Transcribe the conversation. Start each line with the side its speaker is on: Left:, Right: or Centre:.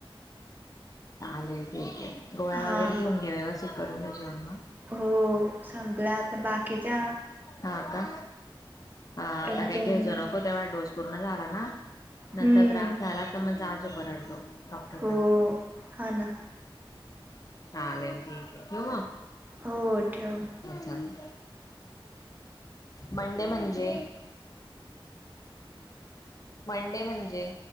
Left: चालेल ठीक आहे गोव्या
Right: हा
Left: वगैरे घेऊन घ्या व्यवस्थित करून घ्या जेवण म
Right: हो संपलाता बाकीच्या
Left: हा का? हा आता
Right: एक
Left: हे
Right: दोन
Left: घेच नको तेव्हा डोस पूर्ण झाला ना नंतरात.
Right: हम्म
Left: झाला तर म आजोरडलो डॉक्टरकडे
Right: हो हा ना
Left: चालेल ठीक आहे ठेव
Right: हो ठेव.
Left: चालेल. बंडे म्हणजे मंडे म्हणजे